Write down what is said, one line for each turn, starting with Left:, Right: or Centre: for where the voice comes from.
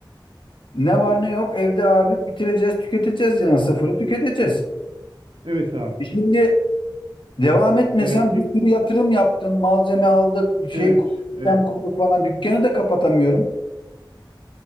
Left: ne var ne yok evde abi bitireceğiz, tüketeceğiz yani sıfırı tüketeceğiz.
Right: Evet abi.
Left: E Şimdi devam etmesem
Right: Ee, pek
Left: bir sürü yatırım yaptım, malzeme aldık, şey
Right: evet.
Left: sistem
Right: Evet.
Left: kurduk falan dükkanı da kapatamıyorum.